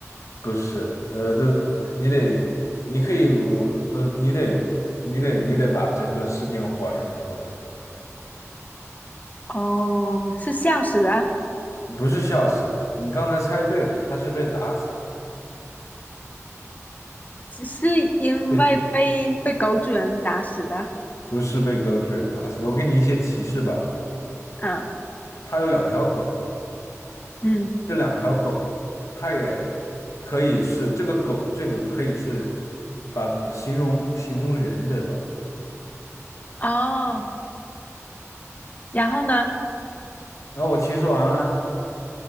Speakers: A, on the left (about 70°); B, on the left (about 30°).
A: 不是，呃，这你得你可以我不是你得你得你得把整个事件还原出来。
B: 哦，是笑死的，
A: 不是笑死的，你刚才猜对的，他是被打死的，
B: 是是因为被被狗主人打死的。
A: 对，不是被狗主人打死的。我给你一些提示吧，
B: 嗯，
A: 他有两条狗，
B: 嗯，
A: 这两条狗，它也可以是这个狗，这个可以是把形容形容人，对吧？
B: 哦，然后呢，
A: 然后我提示完了，